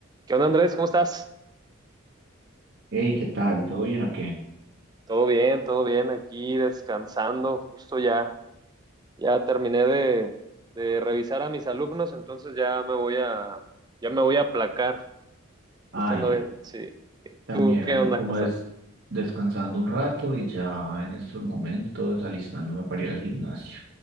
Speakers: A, on the right; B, on the right.
A: ¿Qué onda, Andrés? ¿Cómo estás?
B: Hey, ¿qué tal? ¿Todo bien o qué?
A: Todo bien, todo bien, aquí descansando, justo ya, ya terminé de, de revisar a mis alumnos, entonces ya me voy a, ya me voy a aplacar,
B: Ay,
A: justo ando
B: yo
A: bien, sí.
B: también
A: ¿Tú qué
B: ando
A: onda,
B: como
A: cosas?
B: des- descansando un rato y ya en estos momentos alistándome para ir al gimnasio.